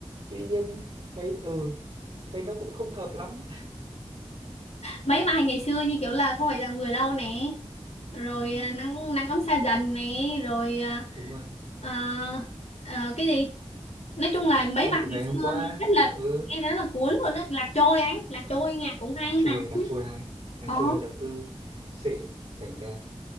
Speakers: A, on the right (about 80°); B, on the left (about 80°).
A: tuy nhiên thấy ừ thấy nó cũng không hợp lắm
B: mấy bài ngày xưa như kiểu là không phải dạng người đâu nè rồi
A: ừ,
B: à, nắng nắng ấm xa dần nè rồi à,
A: đúng rồi
B: à, à, cái gì nói chung là mấy
A: em
B: bài
A: của
B: ngày
A: ngày hôm
B: xưa
A: qua
B: nghe rất là
A: ừ
B: nghe rất là cuốn luôn á lạc trôi anh lạc trôi nhạc cũng hay
A: đặc trôi
B: nè
A: đặc trôi hay đặc
B: ồ
A: trôi là đầu tư xịn cảnh đẹp